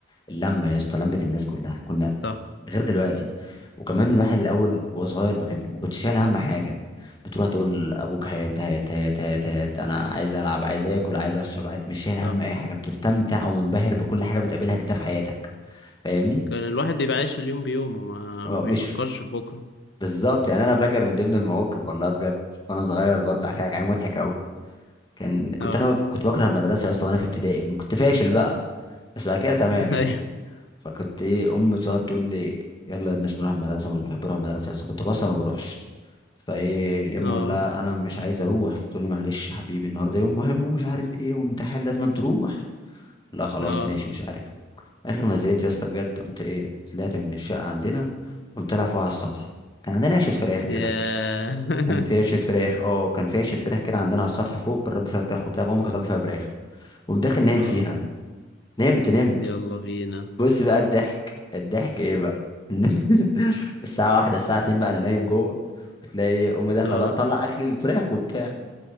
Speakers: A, on the left; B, on the left.
A: اللمه يا اسطى لمه الناس كلها كنا
B: صح
A: غير دلوقتي وكمان الواحد الاول وهو صغير ما كان ما كنتش شايل هم حاجه بتروح تقول لابوك هات هات هات هات هات انا عايز العب عايز اكل عايز اشرب عايز... مش شايل
B: صح
A: هم اي حاجه بتستمتع ومنبهر بكل حاجه بتقابلها كده في حياتك فاهمني
B: كان الواحد بيبقى عايش اليوم بيومه وما ما بيفكرش
A: مش
B: في بكرة
A: بالظبط يعني انا فاكر من ضمن المواقف والله بجد وانا صغير برضه هحكي لك عليه مضحك قوي كان كنت
B: اه
A: انا بب- كنت بكره المدرسه يا اسطى وانا في ابتدائي كنت فاشل بقى بس بعد كده تمام
B: <laughs>
A: يعني
B: ايوه
A: فكنت ايه امي تقعد تقول لي يلا يا ابني عشان نروح المدرسه مش بحب اروح المدرسه بس كنت بصل وما بروحش فايه يا اما
B: اه
A: اقول لها انا مش عايز اروح فتقول لي معلش يا حبيبي النهارده يوم مهم ومش عارف ايه وامتحان لازم تروح لا خلاص
B: اه
A: ماشي مش عارف ايه اخر ما زهقت يا اسطى بجد قمت ايه طلعت من الشقه عندنا قمت العب فوق على السطح كان عندنا عشه فراخ كده
B: يا <laughs>
A: كان في عشه فراخ اه كان في عشه فراخ كده عندنا على السطح فوق بنربي فيها فراخ وبتاع امي كانت بتربي فيها فراخ قمت داخل نايم
B: اه
A: فيها نمت نمت
B: يلا بينا
A: بص بقى الضحك الضحك ايه بقى <laughs> الساعة واحدة الساعة اتنين بقى انا نايم جوه وتلاقي امي داخلة
B: اه
A: بقى تطلع اكل الفراخ وبتاع